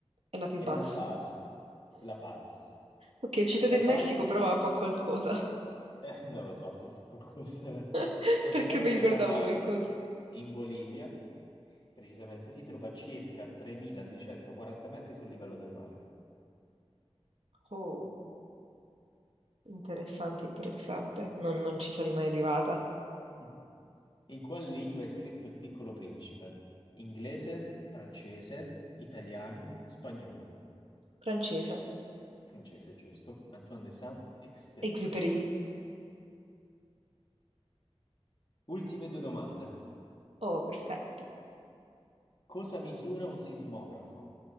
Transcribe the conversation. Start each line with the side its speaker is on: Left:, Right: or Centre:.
Right: è la più
Left: è
Right: bassa.
Left: La Paz. La Paz.
Right: Ok, Città
Left: La
Right: del
Left: Paz,
Right: Messico però fa qualcosa,
Left: eh, non lo so se fu qualcosa.
Right: <laughs>
Left: So
Right: perché
Left: soltanto
Right: mi
Left: che
Right: ricordavo
Left: La Paz
Right: qualcosa.
Left: in Bolivia, precisamente, si trova a circa 3640 metri sul livello del mare.
Right: Oh, interessante, interessante. Non, non ci sarei mai arrivata.
Left: <laughs> In quale lingua è scritto Il Piccolo Principe? Inglese, francese, italiano, spagnolo.
Right: Francese,
Left: Francese, giusto? Antoine de Saint-Exupéry.
Right: Exupéry.
Left: Ultime due domande.
Right: Oh, perfetto.
Left: Cosa misura un sismografo?